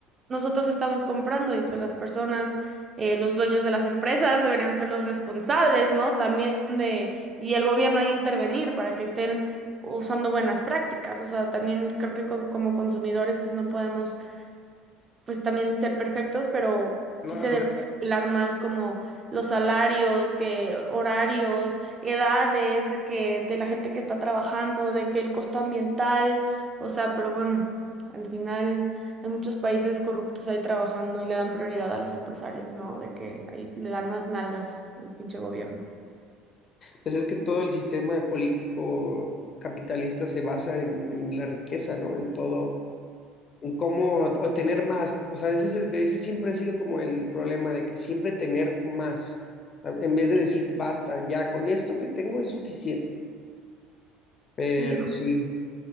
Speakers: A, on the right; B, on the left.
A: nosotros estamos comprando y pues las personas, eh, los dueños de las empresas deberían ser los responsables, ¿no? También de, y el gobierno hay intervenir para que estén usando buenas prácticas. O sea, también creo que co- como consumidores, pues no podemos pues también ser perfectos, pero
B: claro,
A: sí se debe hablar más como los salarios, que horarios, edades de que de la gente que está trabajando, de que el costo ambiental, o sea, pero bueno, al final hay muchos países corruptos ahí trabajando y le dan prioridad a los empresarios, ¿no? De que ahí le dan las nalgas el pinche gobierno.
B: pues es que todo el sistema político capitalista se basa en, en la riqueza, ¿no? En todo. en cómo obtener más. O sea, ese es el, ese siempre ha sido como el problema de que siempre tener más, ¿sabes? en vez de decir basta, ya con esto que tengo es suficiente. Pero
A: Sí,
B: sí,